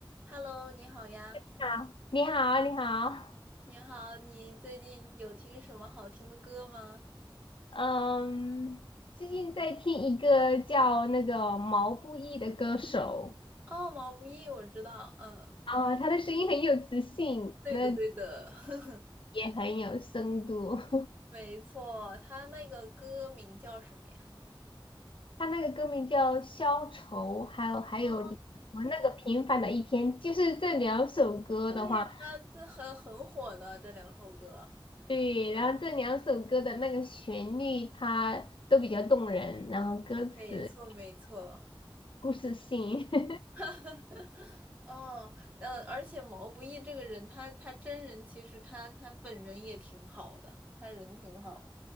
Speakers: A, on the right; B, on the left.
A: Hello，你好呀，
B: 好，你好，你好，
A: 你好，你最近有听什么好听的歌吗？
B: 嗯，最近在听一个叫那个毛不易的歌手
A: 哦，毛不易，我知道，嗯，
B: 啊，他的声音很有磁性，
A: 对的，
B: 那
A: 对的，<laughs>
B: 也很有深度。<laughs>
A: 没错，他那个歌名叫什么呀？
B: 他那个歌名叫《消愁》，还有还有就是什么那个平凡的一天，
A: 哦，
B: 就是这两首歌的话，
A: 对，他这很很火的这两首歌，
B: 对，然后这两首歌的那个旋律它都比较动人，然后歌词
A: 没错，没错，
B: 故事性，<laughs>
A: <laughs> 哦，呃，而且毛不易这个人，他他真人其实他他本人也挺好的，他人挺好。